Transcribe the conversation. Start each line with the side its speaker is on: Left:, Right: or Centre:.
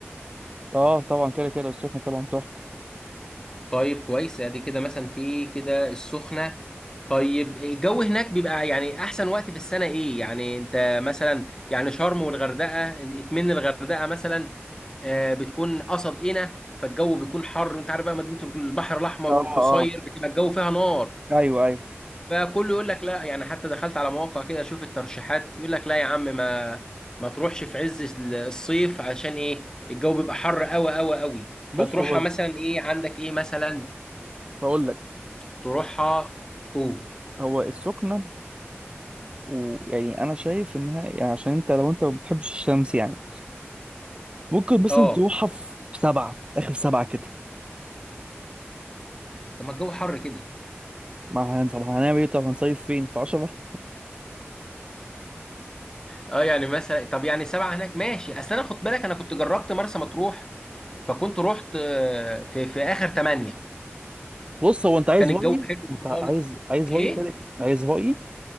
Right: اه طبعا كده كده السخنه طبعا تحفه
Left: طيب كويس ادي كده مثلا في كده السخنة طيب الجو هناك بيبقى يعني احسن وقت في السنة ايه يعني انت مثلا يعني شرم والغردقة اكمن الغردقة مثلا آه، بتكون قصد هنا فالجو بيكون حر انت عارف بقى مدينة البحر الاحمر
Right: اه
Left: والقصير
Right: اه
Left: بتبقى الجو فيها نار
Right: ايوه ايوه
Left: فكله يقول لك لا يعني حتى دخلت على مواقع كده اشوف الترشيحات يقول لك لا يا عم ما ما تروحش في عز ال- الصيف عشان ايه الجو بيبقى حر قوي قوي قوي فتروحها
Right: بص هو
Left: مثلا ايه عندك ايه مثلا
Right: بقول لك
Left: تروحها اوه
Right: هو السخنه ويعني انا شايف انها يعني عشان انت لو انت ما بتحبش الشمس يعني ممكن مثلا
Left: اه
Right: تروحها في سبعه اخر سبعه كده
Left: طب ما الجو حر كده
Right: ما هن- طب هنعمل ايه طب هنصيف فين في عشرة
Left: اه يعني مثلا طب يعني سبعة هناك ماشي اصل انا خد بالك انا كنت جربت مرسى مطروح فكنت رحت آه، في في اخر تمانية
Right: بص هو انت عايز
Left: كان
Right: رأيي
Left: الجو حلو
Right: انت
Left: خالص
Right: عايز عايز
Left: ايه
Right: رأيي كده عايز رأيي